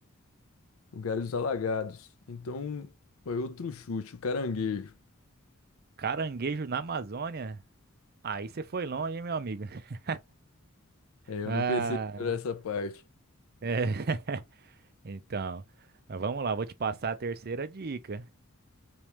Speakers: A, on the left; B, on the right.
A: Lugares alagados. Então, foi outro chute, o caranguejo.
B: Caranguejo na Amazônia? Aí você foi longe, hein, meu amigo? <laughs>
A: É, eu
B: Ah,
A: não pensei por essa parte.
B: é. Então, mas vamos lá, vou te passar a terceira dica.